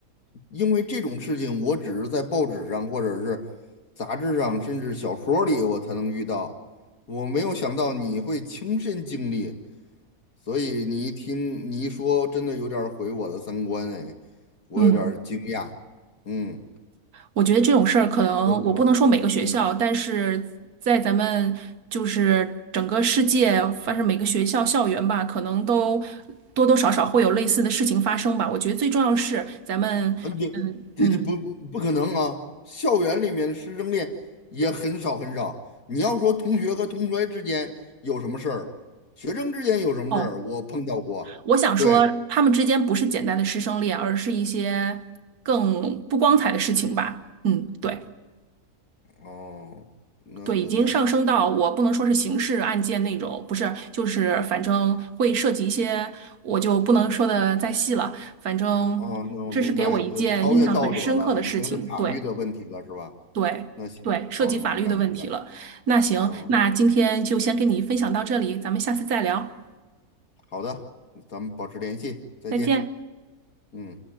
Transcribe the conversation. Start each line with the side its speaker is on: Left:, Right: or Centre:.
Left: 因为这种事情，我只是在报纸上或者是杂志上，甚至小说里我才能遇到。我没有想到你会亲身经历，所以你一听你一说，真的有点儿毁我的三观哎，我有点儿惊讶。
Right: 嗯。
Left: 嗯，
Right: 我觉得这种事儿可能我不能说每个学校，
Left: 说什么？嗯，
Right: 但是在咱们就是整个世界，反正每个学校校园吧，可能都多多少少会有类似的事情发生吧。我觉得最重要是咱们，
Left: 啊，你这这不不可能啊！
Right: 嗯，
Left: 校园里面的师生恋也很少很少。你要说同学和同学之间有什么事儿，学生之间有什么事儿，
Right: 哦，
Left: 我碰到过。
Right: 我想说他们之间不是简单的师生恋，
Left: 对，
Right: 而是一些更不光彩的事情吧。嗯，对。
Left: 哦，那那那，
Right: 对，已经上升到我不能说是刑事案件那种，不是，就是反正会涉及一些，我就不能说的再细了。反正这是给我一件印象很深刻的事情，
Left: 哦，那我明白，就超越道德了，已经是法律的问题了，
Right: 对
Left: 是吧？
Right: 对对，
Left: 那行，
Right: 涉及法律的问题了。
Left: 好的，明白明白。
Right: 那行，
Left: 嗯，
Right: 那今天就先跟你分享到这里，咱们下次再聊，
Left: 好的，咱们保持联系，再见。
Right: 再见。
Left: 嗯。